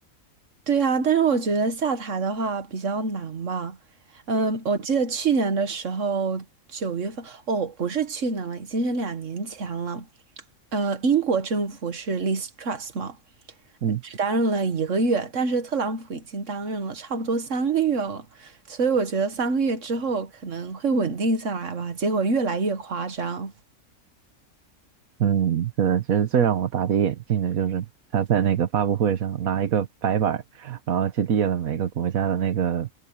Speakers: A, on the right; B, on the right.
A: 对啊，但是我觉得下台的话比较难吧。嗯，我记得去年的时候，九月份，哦，不是去年了，已经是两年前了。呃，英国政府是 Liz t r u s t 嘛，
B: 嗯。
A: 只担任了一个月，但是特朗普已经担任了差不多三个月了，所以我觉得三个月之后可能会稳定下来吧。结果越来越夸张。
B: 嗯，是的，其实最让我大跌眼镜的就是他在那个发布会上拿一个白板儿然后去列了每个国家的那个